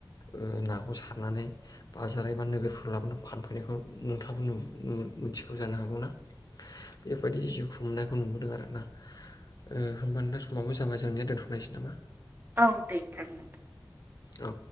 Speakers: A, on the left (about 55°); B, on the right (about 25°).
A: ओ नाखौ सारनानै बाजार एबा नोगोरफोराव लाबोनानै फान लांफैनायखौ नोंथाङाबो मिथिगौ जानो हागौ ना?
B: <inaudible>
A: बेबायदि जिउ खुंनायखौ नुबोदों आरोना ओ होमबानो दा समावबो जाबाय जोंनिया दोन्थ'नायसै नामा?
B: औ दे जागोन नोंथां।
A: औ